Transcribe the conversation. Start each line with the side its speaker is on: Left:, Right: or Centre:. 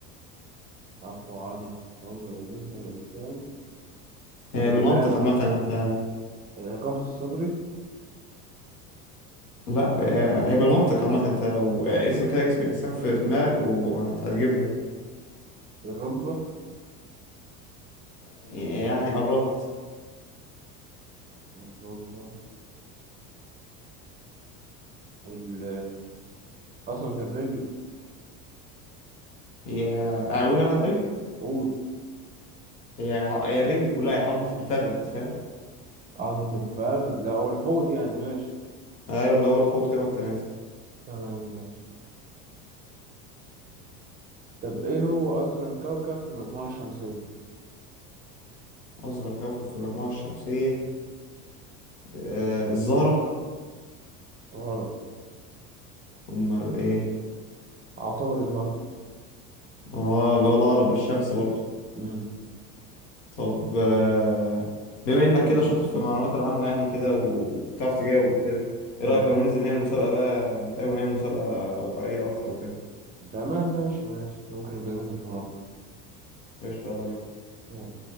Right: اقوى عظمة عظمة جسم الانسان الجلال
Left: هي بالمنطق عامة انت
Right: القفص الصدري
Left: لا هي هي بالمنطق عامة انت لو آه، ارسم كده جسم الانسان في في دماغك وهتجيبها يعني
Right: الركبة
Left: يعني قربت
Right: الركبة وال قصبة الرجل
Left: هي اقول انا طيب
Right: قول
Left: هي ع- هي الرجل كلها هي عظمة الفخذ فاهم
Right: عظمة الفخذ لا هو الحوض يعني ماشي
Left: ايوه اللي هو الحوت كده وانت نازل
Right: تمام ماشي طب ايه هو اصغر كوكب في المجموعة الشمسية
Left: اصغر كوكب في المجموعه الشمسيه آه الزهره
Right: غلط
Left: امال ايه
Right: عطارد برضه
Left: اه اللي هو الاقرب للشمس برضو
Right: امم
Left: طب آه بما انك كده شاطر في المعلومات العامه يعني كده وبتعرف تجاوب وكده ايه
Right: اه
Left: رايك لو ننزل نعمل مسابقه بقى نتقابل ونعمل مسابقه واقعيه اكتر وكده
Right: تمام ماشي ماشي ممكن يبقى ننزل في مرة
Left: قشطه يلا بينا
Right: يلا.